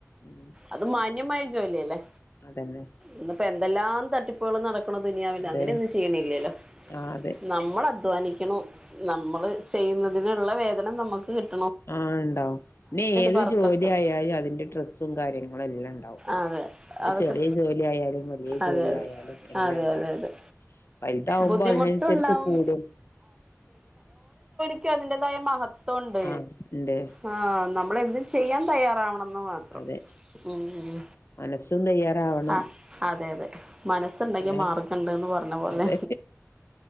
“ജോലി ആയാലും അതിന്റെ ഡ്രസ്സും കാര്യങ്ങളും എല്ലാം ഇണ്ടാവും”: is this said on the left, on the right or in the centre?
Left